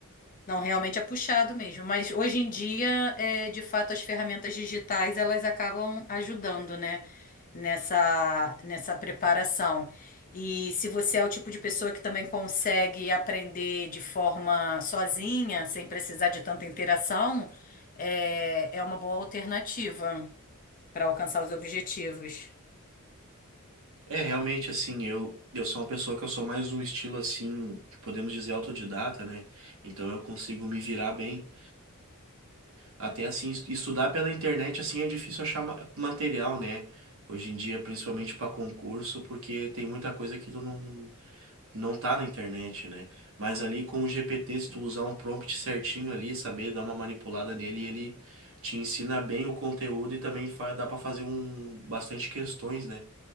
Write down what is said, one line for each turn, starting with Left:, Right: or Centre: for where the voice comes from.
Left: Não, realmente é puxado mesmo. Mas hoje em dia, é, de fato, as ferramentas digitais elas acabam ajudando, né? Nessa, nessa preparação. E se você é o tipo de pessoa que também consegue aprender de forma sozinha, sem precisar de tanta interação, é, é uma boa alternativa para alcançar os objetivos.
Right: É, realmente, assim, eu, eu sou uma pessoa que eu sou mais um estilo, assim, podemos dizer, autodidata, né? Então eu consigo me virar bem. Até assim, est- estudar pela internet assim é difícil achar ma- material, né? Hoje em dia, principalmente para concurso, porque tem muita coisa que tu não, não tá na internet, né? Mas ali com o GPT, se tu usar um prompt certinho ali, saber dar uma manipulada nele, ele te ensina bem o conteúdo e também fa- dá para fazer um bastante questões, né?